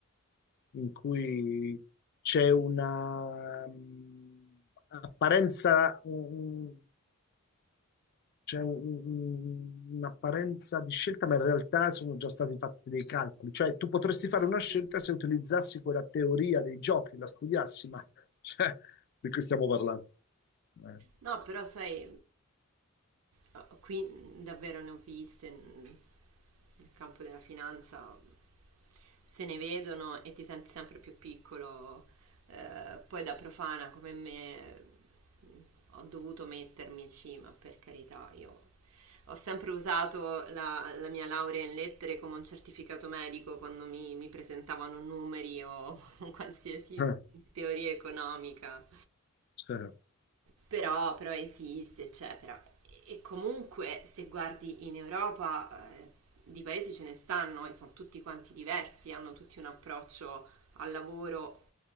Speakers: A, on the left (about 50°); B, on the right (about 75°).
A: in cui c'è una mm, apparenza, un- C'è un- un- un'apparenza di scelta, ma in realtà sono già stati fatti dei calcoli. Cioè, tu potresti fare
B: Ah
A: una
B: sì.
A: scelta se utilizzassi quella teoria dei giochi, la studiassi, ma cioè, di che stiamo parlando? Eh,
B: No, però sai, Ah, Qui mh, davvero ne ho viste mh, nel campo della finanza, se ne vedono e ti senti sempre più piccolo. Eh, poi da profana come me mh, ho dovuto mettermici, ma per carità, io ho sempre usato la, la mia laurea in lettere come un certificato medico quando mi, mi presentavano numeri o <laughs> qualsiasi
A: eh,
B: teoria economica.
A: certo.
B: Però, però esiste, eccetera. E e comunque, se guardi in Europa, eh, di paesi ce ne stanno e sono tutti quanti diversi, hanno tutti un approccio al lavoro